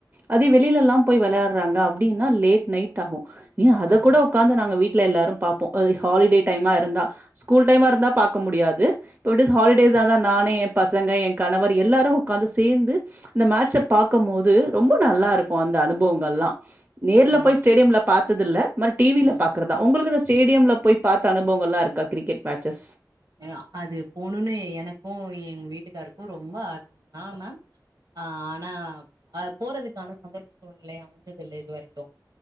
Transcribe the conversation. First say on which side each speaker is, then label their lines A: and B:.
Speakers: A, on the right (about 30°); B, on the right (about 65°).
A: அதே வெளிலலா போய் வெளயாடுறாங்க அப்டினா லேட் நைட் டாகு ஏ அத
B: ஆஹா
A: கூட உட்காந்து நாங்க வீட்ல எல்லாரும் பாப்போ அதே ஹாலிடே டைமா இருந்தா ஸ்கூல் டைமா இருந்தா பாக்க முடியாது பட்டூஸ் ஹாலிடேஸ் ஆ தா நானு எ பசங்க எ கணவர் எல்லாரு உட்காந்து சேந்து இந்த மேட்சை பாக்க போது ரொம்ப நல்லாருக்கு அந்த அனுபவங்கல்லா நேர்ல
B: ம்
A: போய் ஸ்டேடியம்ல பாத்ததில்ல இந்த மாறி டிவில
B: ம்
A: பாக்குறது அ உங்களுக்கு இந்த ஸ்டேடியம்ல போய் பாத்த அனுபவங்கல்லா இருக்கா கிரிக்கெட் பேச்சஸ்
B: யா அது போணுனே எனக்கு எங்க வீட்டுக்காருக்கு ரொம்ப ஆர்வம்னா மேம் ஆ ஆனா அ போறதுக்கான சந்தர்ப்ப சூழ்நிலை அமைஞ்சது இல்ல இது வரைக்கு